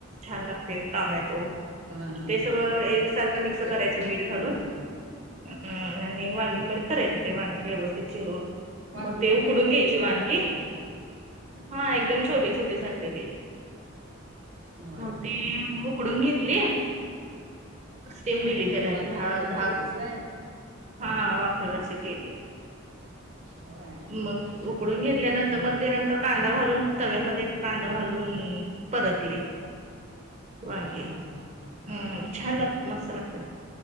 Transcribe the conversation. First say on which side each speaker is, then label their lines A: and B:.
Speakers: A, on the right; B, on the right.
A: छान लागते टोमॅटो
B: हा हा हा
A: ते
B: हा.
A: सगळं एक सारखं मिक्स
B: होय
A: करायचं
B: काय
A: मीठ घालून
B: हा
A: हम्म आणि वांगी मध्ये करायचं
B: हम्म
A: ते वांगी व्यवस्थित चिरून
B: वांगी
A: मग ते उकडून
B: काय छोटे
A: घ्यायची
B: छोटे
A: वांगी
B: आणले असतील
A: हा एकदम छोटी छोटी संडेली
B: होय
A: मोठी
B: काय हा हा
A: उकडून घेत ली. सेम
B: हा
A: दिली
B: हा
A: त्याला
B: वाफेवरची
A: एक दहा दहा
B: केलीस व्हय.
A: हा वाफेवरची केली.
B: होय.
A: मग
B: हम्म.
A: उकडून घेतल्यानंतर मग त्यानंतर कांदा घालून तव्यामध्ये एक कांदा घालून परतली मागे
B: हा हा हा
A: हम्म छान लागतात मस्त लागतात.